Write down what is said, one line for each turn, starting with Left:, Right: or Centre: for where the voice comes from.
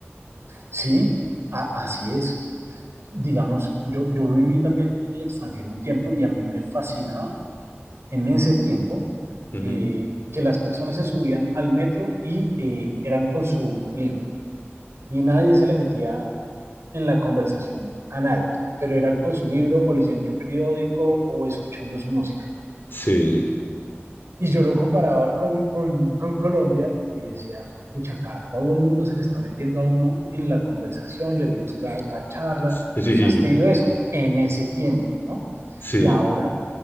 Right: sí, a- así es. Digamos, yo, yo viví también en el extranjero un tiempo y a mí me fascinaba en ese tiempo
Left: Ujú.
Right: eh, que las personas se subían al metro y eh, eran con su libro y nadie se le metía en la conversación a nadie, pero eran con su libro o leyendo el periódico o escuchando su música.
Left: Sí,
Right: Y yo lo comparaba con, con, con Colombia y decía, pues, pucha, acá todo el mundo se le está metiendo a uno en la conversación, le busca la charla,
Left: <laughs>
Right: qué
Left: sí,
Right: fastidio eso, en ese tiempo, ¿no?
Left: sí,
Right: Y ahora,